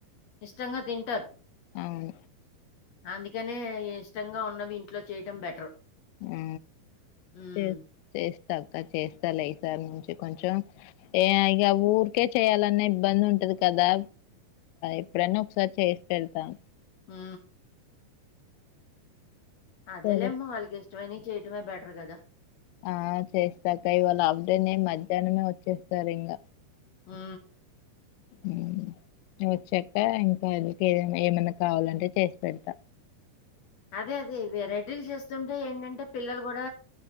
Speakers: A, on the left; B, on the left.
A: ఇష్టంగ తింటారు
B: అవును
A: అందుకనే ఇష్టంగ ఉన్నవి ఇంట్లో చేయటం బెటర్
B: హు
A: హ్మ్.
B: చే చెస్ చేస్తలే ఈసారి నుంచి కొంచెం ఇక ఊరికే చేయాలనే ఇబ్బంది ఉ కదా ఎప్పుడన ఒకసారి చేసి పెడతాం
A: ఊ అదేలేెమ్మ
B: సరే
A: వాళ్ళకి ఇష్టమైనివి చేయటమే బెటర్ గదా
B: ఆ చేస్తాక ఇవాళ ఆఫ్డేనే మధ్యాహ్నమే వచ్చేస్తారు ఇగ
A: హూ
B: ఉ మీరు వచ్చాక ఇంకా <unintelligible> ఏ ఏమైన్నా కావాలంటే చేసి పెడతా
A: అదే అదే వెరైటీలు చేస్తుంటే ఏంటంటే పిల్లలు కూడ